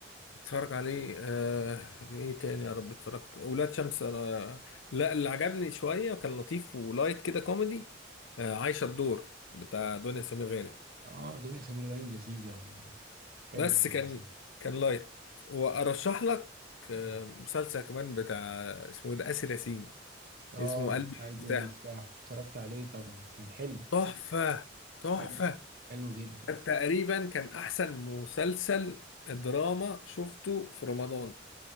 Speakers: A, on the left; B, on the right.
A: اتفرج عليه آه... ايه تاني يا رب اتفرجت ولاد شمس انا لا اللي عجبني شويه كان لطيف ولايت كده كوميدي آه... عايشه الدور بتاع دنيا سمير غانم
B: اه دنيا سمير غانم لذيذة وحلوة
A: بس
B: يعني
A: كان كان لايت وارشح لك آه...
B: مم.
A: مسلسل كمان بتاع اسمه ايه ده آسر ياسين
B: اه
A: اسمه قلب المفتاح
B: قلب ومفتاح اتفرجت عليه طبعا كان حلو
A: تحفة تحفة
B: حلو حلو جدا
A: ده تقريبا كان أحسن مسلسل دراما شفته في رمضان